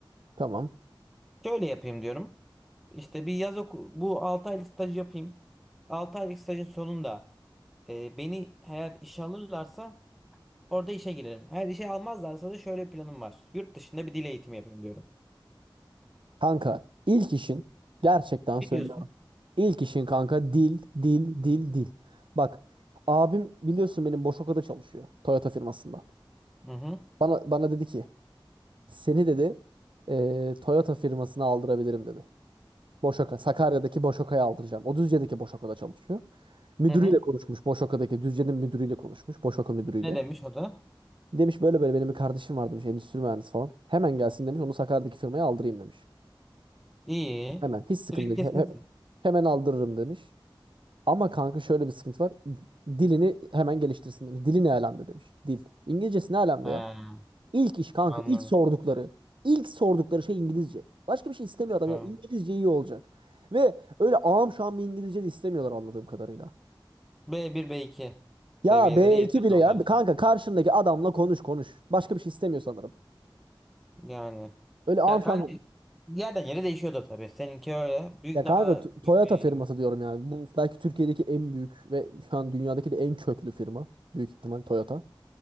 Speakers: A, on the right; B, in the centre.
A: Tamam.
B: Şöyle yapayım diyorum. İşte bir yaz oku bu 6 aylık staj yapayım. 6 aylık stajın sonunda e, beni eğer işe alırlarsa orada işe girerim. Eğer işe almazlarsa da şöyle planım var. Yurt dışında bir dil eğitimi yapayım diyorum.
A: Kanka ilk işin gerçekten söylüyorum.
B: Ne diyorsun?
A: İlk işin kanka dil, dil, dil, dil. Bak abim biliyorsun benim Boşoka'da çalışıyor. Toyota firmasında.
B: Hı hı.
A: Bana bana dedi ki seni dedi eee, Toyota firmasına aldırabilirim dedi. Boşoka, Sakarya'daki Boşoka'ya aldıracağım. O Düzce'deki Boşoka'da çalışıyor. Müdürüyle
B: Hı hı.
A: konuşmuş. Boşoka'daki Düzce'nin müdürüyle konuşmuş. Boşoka müdürüyle.
B: Ne demiş o da?
A: Demiş böyle böyle benim bir kardeşim var demiş endüstri mühendisi falan. Hemen gelsin demiş onu Sakarya'daki firmaya aldırayım demiş.
B: İyi.
A: Hemen hiç sıkıntı
B: Direkt
A: yok.
B: kesinsin.
A: He- he- hemen aldırırım demiş. Ama kanka şöyle bir sıkıntı var. Dilini hemen geliştirsin demiş. Dili ne alemde demiş. Dil. İngilizcesi ne alemde
B: Ha.
A: ya? İlk iş kanka
B: Anladım.
A: ilk sordukları. ilk sordukları şey İngilizce. Başka bir şey istemiyor adam
B: Tamam.
A: ya. İngilizce iyi olacak. Ve öyle ağam şu an bir İngilizce de istemiyorlar anladığım kadarıyla.
B: b bir b iki seviyeleri
A: Ya B2
B: yeterli
A: bile ya.
B: onlar
A: Kanka
B: için.
A: karşındaki adamla konuş konuş. Başka bir şey istemiyor sanırım.
B: Yani.
A: Öyle ağam
B: Ya kanka
A: şam.
B: yerden yere değişiyordu tabii. Seninki öyle. Büyük
A: Ya kanka
B: daha
A: T- Toyota
B: büyük bir
A: firması diyorum yani. Bu belki Türkiye'deki en büyük ve şu an dünyadaki de en köklü firma. Büyük ihtimal Toyota.